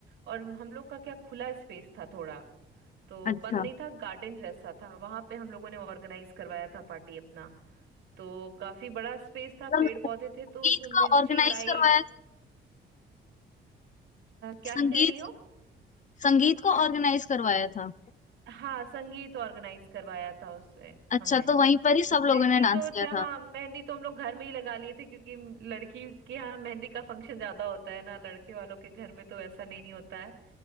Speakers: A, on the right; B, on the left.
A: और हम लोग का क्या खुला स्पेस था थोड़ा तो
B: अच्छा
A: बंद नहीं था गार्डन जैसा था वहां पे हम लोगों ने ऑर्गेनाइज करवाया था पार्टी अपना तो काफी बड़ा स्पेस था
B: तो
A: पेड़
B: मैं-
A: पौधे
B: संगीत
A: थे तो उसमें मिर्ची
B: का ऑर्गेनाइज
A: लाइट
B: करवाया था
A: क्या
B: संगीत
A: कह रही हो
B: संगीत को ऑर्गेनाइज करवाया था
A: हाँ संगीत ऑर्गेनाइज करवाया था उससे
B: अच्छा
A: हमने
B: तो वहीं पर ही सब लोगों
A: मेहंदी
B: ने डांस
A: तो
B: किया
A: जहाँ
B: था
A: मेहंदी तो हम लोग घर में ही लगा लिए थे क्योंकि लड़की के यहाँ मेहंदी का फंक्शन ज्यादा होता है ना लड़के वालों के घर में तो ऐसा नहीं होता है